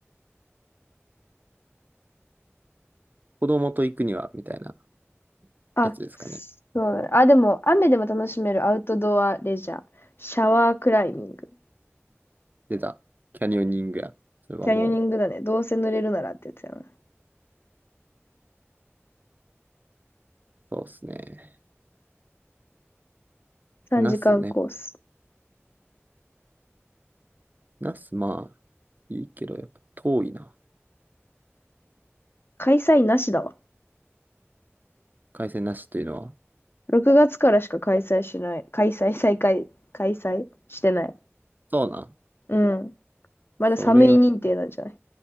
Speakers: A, on the right; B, on the left.
A: 子供と行くには、みたいな
B: あ、
A: やつですかね。
B: そうだね。
A: 僕は。
B: あ、でも、雨でも楽しめるアウトドアレジャー。シャワークライミング。
A: 出た。キャニオニングや。それはも
B: キャニオニングだね。どうせ濡れるならってやつやな。
A: う、そうっすね。
B: 3時間コース。
A: ナスね。ナス、まあ、いいけど、やっぱ遠いな。
B: 開催なしだわ。
A: 海鮮なしというのは。
B: 6月からしか開催しない。開催、再開、開催してない。
A: そうなん。
B: うん。まだ寒い認定なんじゃない
A: それは、